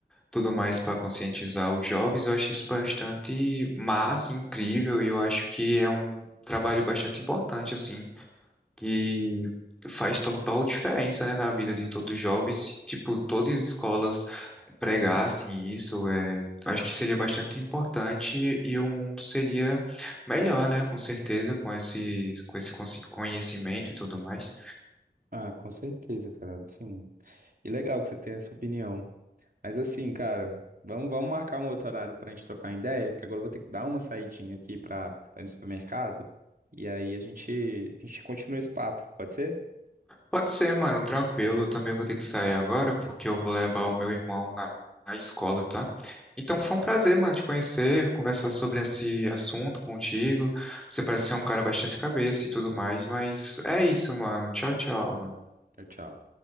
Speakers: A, in the centre; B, on the right.
A: tudo mais para conscientizar os jovens. Eu acho isso bastante massa, incrível, e eu acho que é um trabalho bastante importante, assim que faz total diferença, né, na vida de todos os jovens. Se, tipo, todas as escolas pregassem isso, é, eu acho que seria bastante importante e o mundo seria melhor, né, com certeza, com esse, com esse consi- conhecimento e tudo mais.
B: Ah, com certeza, cara. Sim. E legal que você tenha essa opinião. Mas assim, cara, vamos, vamos marcar um outro horário pra gente trocar ideia, porque agora eu vou ter que dar uma saidinha aqui pra, pra ir no supermercado. E aí a gente, a gente continua esse papo, pode ser?
A: Pode ser, mano, tranquilo. Eu também vou ter que sair agora porque eu vou levar o meu irmão na, na escola, tá? Então foi um prazer, mano, te conhecer, conversar sobre esse assunto contigo. Você parece ser um cara bastante cabeça e tudo mais, mas é isso, mano. Tchau, tchau, mano.
B: Tchau, tchau.